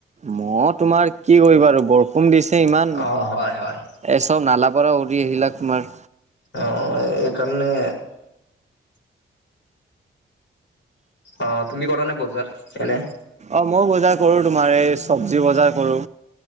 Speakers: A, on the right (about 35°); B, on the left (about 65°).
A: মহ তোমাৰ কি কৰিবা আৰু বৰষুণ দিছে ইমান।
B: অ হয় হয়
A: এই চব নালা পৰা উৰি আহিলে তোমাৰ।
B: অ', অ', এইকাৰণে অ', তুমি কৰা নে বজাৰ এনে?
A: অ', মও বজাৰ কৰোঁ তোমাৰ এই চবজি বজাৰ কৰোঁ।